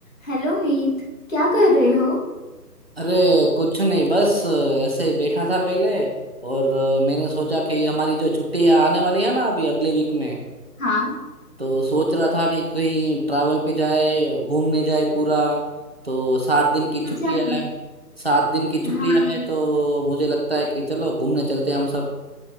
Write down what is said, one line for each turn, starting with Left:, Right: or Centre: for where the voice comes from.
Left: Hello Meet क्या कर रहे हो
Right: अरे कुछ नहीं बस अ, ऐसे ही बैठा था पहले और अ, मैंने सोचा कि हमारी जो छुट्टियां आने वाली है ना अभी अगले वीक में
Left: हाँ
Right: तो सोच रहा था कि कहीं ट्रैवल पे जाए घूमने जाए पूरा तो सात दिन की
Left: अच्छा
Right: छुट्टियां
Left: हाँ
Right: है सात दिन की
Left: हाँ
Right: छुट्टियां है तो मुझे लगता है कि चलो घूमने चलते हैं हम सब